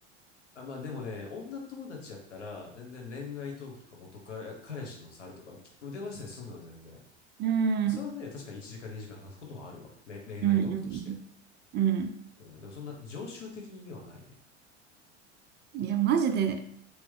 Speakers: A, on the left (about 85°); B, on the right (about 30°).
A: あ、まあでもね、女友達やったら、全然恋愛トークとか元カ彼氏のさるとか、き電話したりするのよ、全然。
B: うん、うん、
A: それはね、確かに1時間2時間話すことはあるわ。れ恋愛トークとして。
B: うん、うん。うん
A: うん。でもそんな常習的にではないね。
B: いや、マジで